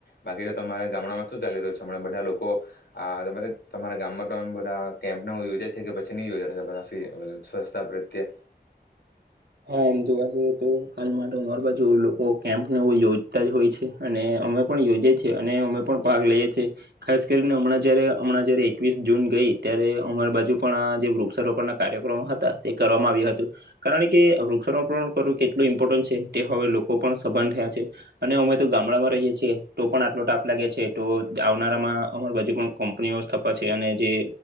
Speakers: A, on the left; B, on the right.
A: બાકી તો તમારા ગામડામાં શું ચાલી રહ્યું છે હમણાં બધા લોકો આ તમારા ગામમાં તો બધા કેમ્પ ન યોજાય છે કે પછી નહી યોજાી સ્વચછતા પ્રત્યે
B: હા એમ જોવા જઈએ તો હાલ માટે અમાર બાજુ લોકો કેમ્પને યોજતા જ હોય છે અને અમે પણ યોજએ છીએ અને અમે પણ ભાગ લઈએ છેએ ખાસ કરીને હમણાં જ હમણાં જ એકવીસ જૂન ગઈ ત્યારે અમાર બાજુ પણ આ જે વૃક્ષારોપણ ના કાર્યક્રમો હતા તે કરવામાં આવ્યા હત કારણ કે વૃક્ષારોપણ કરવું કેટલું ઇમ્પોર્ટન્ટ છે તે હવે લોકો પણ સભન થયા છે અને અમે તો ગામડામાં રહીએ છએ તો પણ આટલો ટાપ લાગે છે તો આવનારામાં અમાર બાજુ પણ કંપનીઓ સ્થપે છે અને જે